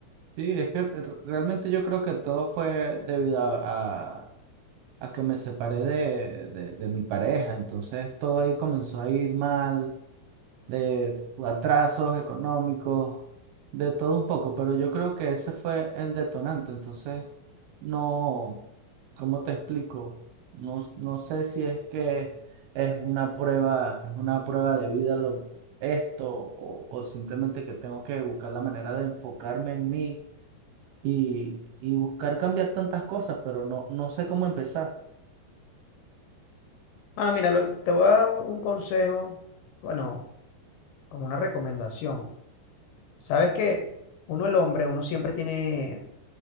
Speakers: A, on the right (about 75°); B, on the left (about 75°).
A: Sí, es que re- realmente yo creo que todo fue debido a, a- a que me separé de, de de mi pareja. Entonces todo ahí comenzó a ir mal de atrasos económicos, de todo un poco, pero yo creo que ese fue el detonante, entonces no, ¿cómo te explico? No, no sé si es que es una prueba, es una prueba de vida lo, esto o, o simplemente que tengo que buscar la manera de enfocarme en mí y, y buscar cambiar tantas cosas, pero no, no sé cómo empezar.
B: Mano, mira, lo- te voy a dar un un consejo, bueno, como una recomendación. Sabes que uno, el hombre, uno siempre tiene